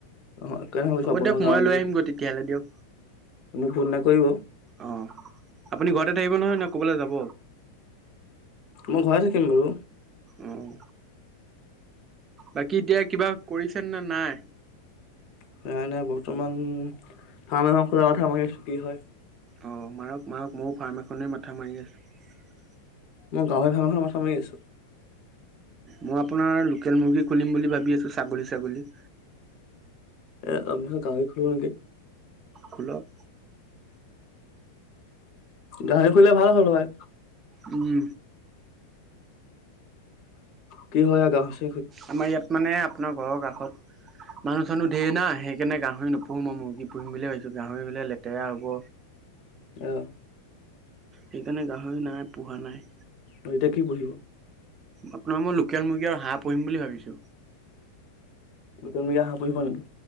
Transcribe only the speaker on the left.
অ সেইকাৰণে ভাবিছোঁ
আপোনাৰ
লগত
যাওঁ নেকি
মোক ফোন এটা কৰিব।
মই ঘৰতে থাকিম বাৰু।
সেইকাৰণে বৰ্তমান ফাৰ্ম খোলা মাথা মাৰি আছো কি হয়।
মই গাহৰি ৰ্ফাম এখনৰ মাথা মাৰি আছো।
এ আমি গাহৰি খলো নেকি?
গাহৰি খোলিলে ভাল হ'ল হয়।
কি হয় আৰু গ
আহ।
ন এতিয়া কি পুহিব?
কুকুৰ মূৰীয়া হাহঁ পুহিব নেকি?